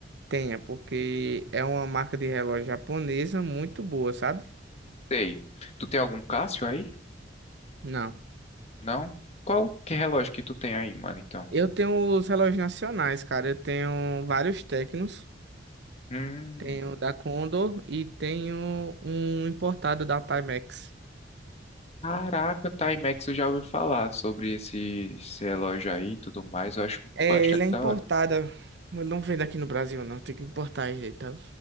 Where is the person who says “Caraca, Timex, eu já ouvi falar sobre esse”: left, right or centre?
Left